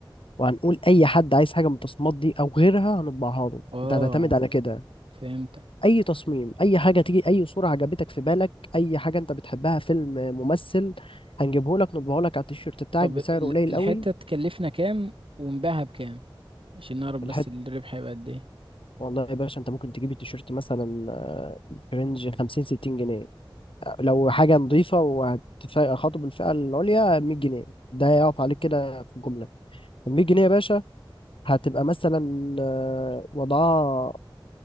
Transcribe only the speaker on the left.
وهنقول أي حد عايز حاجة من التصميمات دي أو غيرها هنطبعها له
أنت هتعتمد على كده
اي تصميم اي حاجه تيجي اي صوره عجبتك في بالك اي حاجه انت بتحبها فيلم ممثل هنجيبه لك نطبعه لك على التيشيرت بتاعك
بسعر
قليل
قوي
الحت
والله يا باشا انت ممكن تجيب التيشيرت مثلا آه، في رينج 50 60 جنيه لو حاجه نظيفه وهتخاطب الفئه العليا 100 جنيه ده يقف عليك كده في الجمله ال 100 جنيه يا باشا هتبقى مثلا آه، وضعها